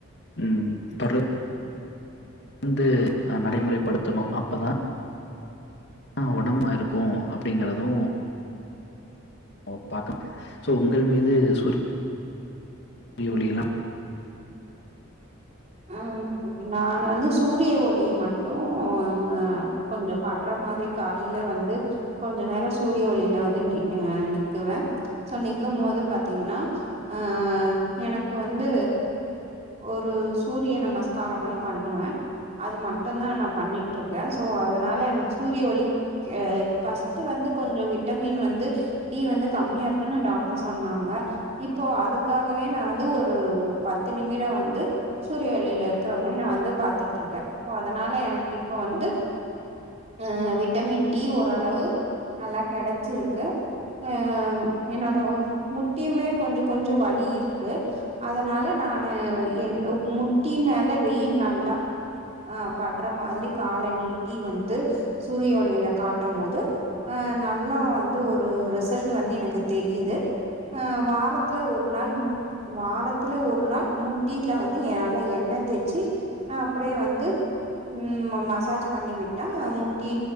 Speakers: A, on the left (about 55°); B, on the right (about 30°).
A: ம் தொட வந்து அ நடைமுறைபடுத்தணு அப்பதா ஆ ஒடம்பா இருக்கு அப்டிங்கறது ஓ பாக்க சோ உங்கள் மீது சூர் ய ஒளியலா
B: ஆ இப்ப நானு வந்து சூரிய ஒளி மட்டு அ கொஞ்ச பட்ற மாரி காலையில வந்து கொஞ்ச நேரோ சூரிய ஒளியில வந்து நி அ நிக்குவே சோ நிக்கம்போது பாத்தீங்கன்னா அ எனக்கு வந்து ஒரு சூரிய நமஸ்காரம் மாரி பண்ணுவ அது மட்டுந்தா நான் பண்ணிட்ருக்கே சோ அத அதனால எனக்கு சூரிய ஒளிக் ஆ ஃபர்ஸ்ட்டு வந்து கொஞ்சோ விட்டமின் வந்து டி வந்து கம்மியா இருக்குன்னு டாக்டர் சொன்னாங்க இப்போ அதுக்காகவே நா வந்து ஒரு பத்து நிமிடோ வந்து சூரிய ஒளியில இருக்ற மாரி நா வந்து பாத்துட்ருக்க சோ அதனால எனக்கு இப்ப வந்து ஆ விட்டமின் டி ஓரளவு நல்லா கெடைச்சிருக்கு அ என்னோட முட்டியுமே கொஞ்சோ கொஞ்சோ வலி இருக்கு அதனால நானு என் முட்டி மேல வெயில் நல்லா ஆ பட்ற மாதிரி கால நீட்டி வந்து சூரிய ஒளியில காட்டும் போது அ நல்லா வந்து ஒரு ரிசல்ட் வந்து எனக்கு தெரியிது ஆ வாரத்துல ஒரு நாள் முட் வாரத்துல ஒரு நாள் முட்டி ட்ல வந்து நல்லா எண்ணெ தேச்சு அப்டியே வந்து ம் மசாஜ் பண்ணி விட்டா முட்டி